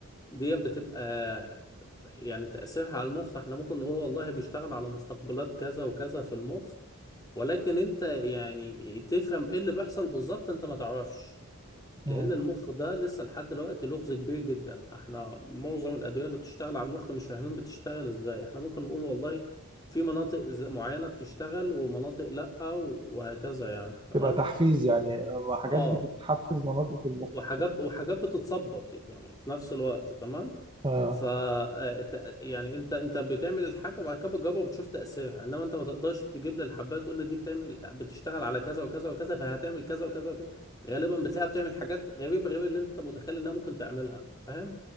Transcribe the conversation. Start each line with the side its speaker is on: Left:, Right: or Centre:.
Left: دي بتبقى يعني تأثيرها على المخ احنا ممكن نقول والله بيشتغل على مستقبلات كذا وكذا في المخ ولكن انت يعني تفهم ايه اللي بيحصل بالظبط انت ما تعرفش لان
Right: مم.
Left: المخ ده لسه لحد دلوقتي لغز كبير جدا احنا معظم الادويه اللي بتشتغل على المخ مش فاهمين بتشتغل ازاي احنا ممكن نقول والله في مناطق ز- معينه بتشتغل ومناطق لا وهكذا يعني تمام
Right: تبقى تحفيز يعني آه، حاجات
Left: اه
Right: بتتحفز مناطق المخ
Left: وحاجات
Right: مش عارف.
Left: وحاجات بتتظبط يعني في نفس الوقت تمام
Right: آه
Left: ف آه، ت- يعني انت انت بتعمل الحاجه وبعد كده بتجربها وبتشوف تاثيرها انما انت ما تقدرش تجيب لي الحبايه تقول لي دي بتعمل بتشتغل على كذا وكذا وكذا فهتعمل كذا وكذا وكذا غالبا بتلاقيها بتعمل حاجات غريبه غير اللي انت متخيل انها ممكن تعملها فاهم